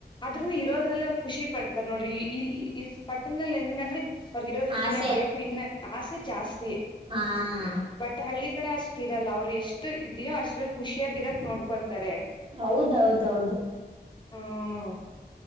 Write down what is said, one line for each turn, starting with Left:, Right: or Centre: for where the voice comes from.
Left: ಅದ್ರನೂ ಇರೋದ್ರಲ್ಲಿ ಅವ್ರು ಖುಷಿ ಪಡ್ತಾರ ನೋಡ್ರಿ ಈ ಈ ಪಟ್ಟಣದಲ್ಲಿ ಹೆಂಗ ಅಂದ್ರೆ ಅವ್ರಗಿರೋದಕ್ಕಿನ್ನ
Right: ಆಸೆ
Left: ಬೇಕು ಇನ್ನ ಆಸೆ ಜಾಸ್ತಿ
Right: ಹ್ಮಾ ಆ ಆ.
Left: ಬಟ್ ಹಳ್ಳಿ ಕಡೆ ಅಷ್ಟ ಇರಲ್ಲ ಅವ್ರು ಎಷ್ಟು ಇದೆಯೋ ಅಷ್ಟ್ರಲ್ಲಿ ಖುಷಿಯಾಗಿ ಇರಕ್ ನೋಡ್ಕೊಂತಾರೆ
Right: ಹೌದದೌದೌದ.
Left: ಹ್ಮೂ